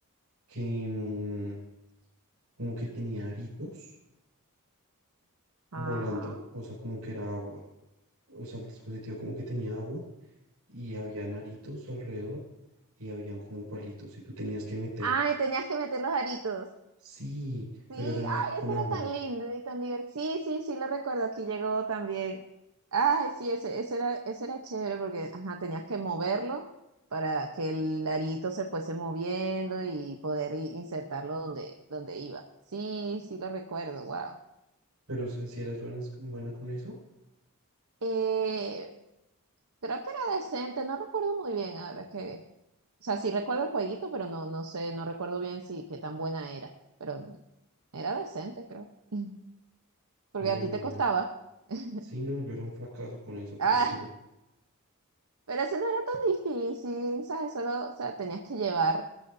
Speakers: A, on the right; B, on the right.
A: que mm, como que tenía aritos
B: Ajá.
A: volando, o sea, como que era agua. O sea, el dispositivo como que tenía agua y había aritos alrededor y habían como palitos y tú tenías que meter
B: Ay, tenías que meter los aritos.
A: Sí,
B: Sí,
A: pero era
B: ay,
A: con
B: ese
A: agua.
B: era tan lindo y tan divertido. Sí, sí, sí, lo recuerdo, aquí llegó también. Ay, sí, ese, ese era, ese era chévere porque, ajá, tenías que moverlo para que el arito se fuese moviendo y poder i- insertarlo donde, donde iba. Sí, sí, lo recuerdo, wow.
A: Pero si, si eras buena, buena con eso,
B: Eh, creo que era decente, no recuerdo muy bien ahora que, o sea, sí recuerdo el jueguito, pero no, no sé, no recuerdo bien si qué tan buena era, pero era decente, creo, <laughs> porque
A: no,
B: a ti
A: imagínate.
B: te costaba. <laughs>
A: Sí, no, yo era un fracaso con eso, te
B: Ah.
A: lo juro.
B: Pero eso no era tan difícil, ¿sabes? Solo, o sea, tenías que llevar,